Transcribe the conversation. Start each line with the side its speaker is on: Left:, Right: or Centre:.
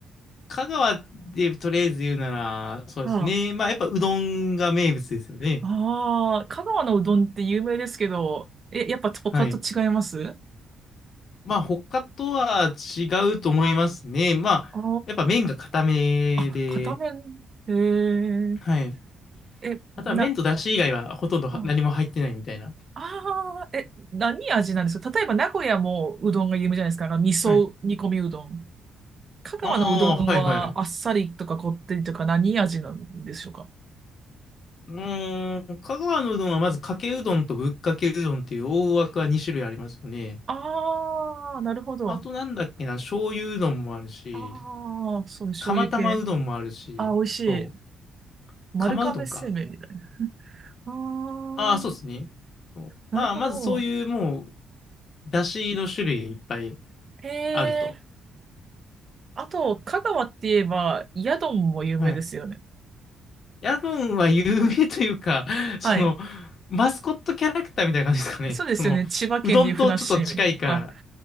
Left: 香川でとりあえず言うなら、そうですね。
Right: あ
Left: まあ、やっぱうどんが名物ですよね。
Right: あ、ああ、香川のうどんって有名ですけど、え、やっぱ他と違いますあ
Left: はい。まあ、他とは違うと思いますね。まあ、
Right: あ、
Left: やっぱ麺が固めで、
Right: あ、片面、えー、
Left: はい。
Right: え、な、
Left: あとは麺と出汁以外はほとんどは何も入ってないみたいな。
Right: ああー、え、何味なんですか例えば名古屋もうどんが有名じゃないですか。あの味噌煮込みうどん。
Left: はい。
Right: 香川のうどんはあっさりとかこってりとか何味なんでしょうか
Left: ああ、はいはい。うーん、香川のうどんはまずかけうどんとぶっかけうどんっていう大枠は2種類ありますよね。
Right: ああー、なるほど。
Left: あとなんだっけな、醤油うどんもあるし、
Right: ああ、そう、醤油系。
Left: 釜玉うどんもあるし、
Right: ああ、美味しい。
Left: そう、
Right: 丸亀製麺みたいな。
Left: 釜うどんか。
Right: ああ、
Left: ああ、そうですね。そうまあ、
Right: なるほど。
Left: まずそういうもう、出汁の種類がいっぱい
Right: へ
Left: あると。
Right: え。あと、香川って言えば、ヤドンも有名ですよね。
Left: はい。ヤドンは有名というか、<laughs> その、
Right: はい。
Left: マスコットキャラクターみたいな感じですかね。
Right: そうですよね。
Left: その、
Right: 千葉県でいうふなっしーみ。
Left: うどんとちょっと近いから、
Right: あ、